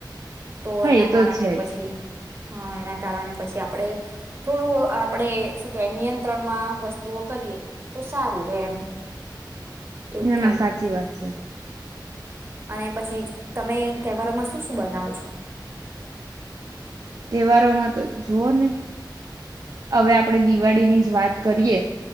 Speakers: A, on the right; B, on the right.
A: તો
B: હા
A: એના
B: એ
A: કારણે
B: તો છે
A: પછી હા એના કારણે પછી આપણે થોડું આપણેે શું કેવાય નિયંત્રણમાં વસ્તુઓ કરીએ તો સારું રે એમ એવું
B: ના
A: થાય
B: ના સાચી વાત છે.
A: અને પછી તમે તહેવારોમાં શું શું બનાવો છો
B: તહેવારોમાં તો જુઓ ને હવે આપડે દિવાળી ની જ વાત કરીએ.